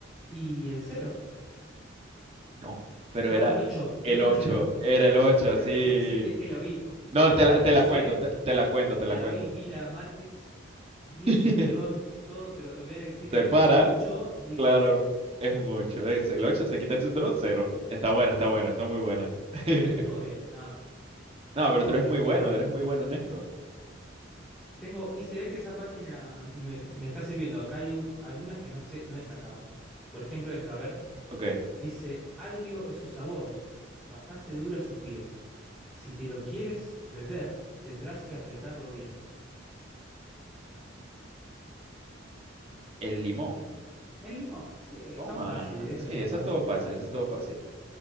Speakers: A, in the centre; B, on the right.
A: ¿Y el cero?
B: No, pero
A: No,
B: era
A: el ocho
B: el
A: el ocho
B: ocho,
A: era.
B: era
A: No,
B: el 8,
A: claro,
B: sí.
A: sí, es que lo vi, lo
B: No,
A: visualicé,
B: te la, te la cuento, te, te la cuento,
A: la
B: te la cuento.
A: vi, vi la Matrix, vi
B: <laughs>
A: el cinturón, todo, pero en vez de decir
B: Se
A: el
B: para,
A: 8 dije
B: claro,
A: el cero.
B: es un 8. Es el 8 se quita el cinturón, cero. Está buena, está buena, está muy buena. <laughs>
A: Estuvo bien, no,
B: No,
A: estuvo
B: pero tú eres
A: bien,
B: muy
A: estuvo
B: bueno,
A: bien.
B: eres muy bueno en esto.
A: Tengo, y se ve que esa página me, me está sirviendo. Acá hay un- algunas que no sé, no he sacado. Por ejemplo, esta, a ver,
B: Ok,
A: dice, agrio es su sabor, bastante dura su piel. Si te lo quieres beber, tendrás que apretarlo bien.
B: el limón.
A: El limón, sí,
B: Toma.
A: son fáciles, estas
B: Sí,
A: son
B: eso
A: fáciles.
B: es todo fácil, eso es todo fácil.